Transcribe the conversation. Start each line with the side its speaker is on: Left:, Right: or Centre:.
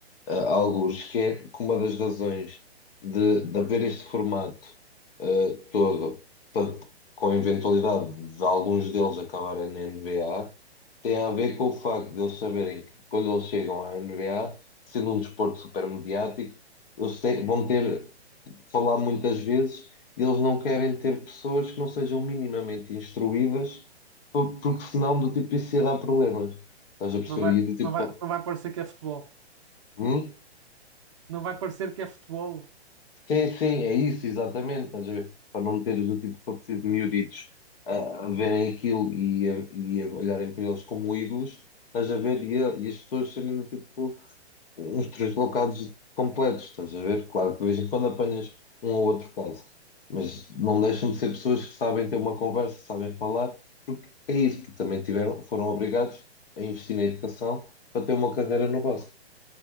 Left: ah, alguns, que é que uma das razões de, de haver este formato eh, todo, para- com a eventualidade de alguns deles acabarem na NBA, tem a ver com o facto de eles saberem que quando eles chegam à NBA, sendo um desporto super mediático, eles te- vão ter falar muitas vezes e eles não querem ter pessoas que não sejam minimamente instruídas, po- porque senão do tipo isso ia dar problemas. Estás a perceber?
Right: Não vai,
Left: E do tipo,
Right: não vai, não vai parecer que é futebol.
Left: hum?
Right: Não vai parecer que é futebol.
Left: Sim, sim, é isso, exatamente. Estás a ver? Para não meteres do tipo, só preciso de miúditos a, a verem aquilo e a, e a olharem para eles como ídolos, estás a ver? E, a- e as pessoas serem do tipo uns translocados completos, estás a ver? Claro que de vez em quando apanhas um ou outro caso, mas não deixam de ser pessoas que sabem ter uma conversa, sabem falar, porque é isso, porque também tiveram, foram obrigados a investir na educação para ter uma carreira no básico.